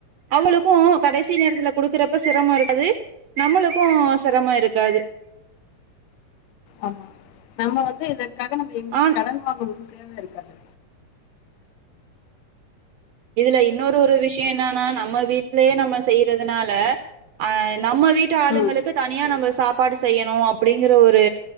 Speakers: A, on the right (about 80°); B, on the left (about 80°).
A: அவுங்ளுக்கு கடைசி நேரத்துல குடுக்குறப்ப சிரமோ இருக்காது நம்மளுக்கு சிரமோ இருக்காது
B: ஆமா நம்ம வந்து இதற்காக நம்ம எங்கியு
A: ஆ
B: கடன் வாங்கணுனு தேவருக்காது
A: இதுல இன்னொரு ஒரு விஷ்யோ என்னன்னா நம்ம வீட்டுலயே நம்ம செய்யறதுனால அ நம்ம வீட்டு ஆளுங்களுக்கு
B: ம்
A: தனியா நம்ப சாப்பாடு செய்யணு அப்டிங்கற ஒரு